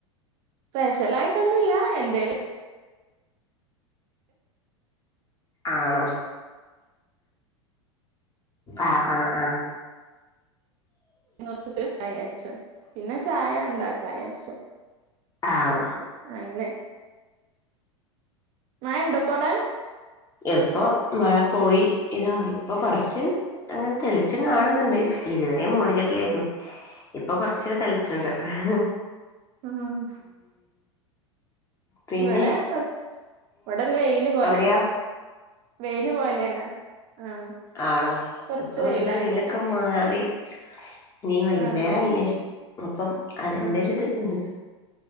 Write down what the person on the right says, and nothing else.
സ്പെഷ്യൽ ആയിട്ടൊന്നുല്ല എന്തേലും
നൂൽപ്പുട്ട് ഉണ്ടാക്ക വിചാരിച്ച് പിന്നെ ചായ ഉണ്ടാക്കവിചാരിച്ച്
ആയിൻവേ മഴയുണ്ടോപ്പവിടെ?
ആഹ
ഇവിടെ കൊ <unintelligible> ര് ഇവിടെരു വെയില് പോലെ
വെയില് പോലെയാണ് ആഹ്
കൊറച്ച്
വെയിലായ
പോലെ
ആഹ്
ആഹ്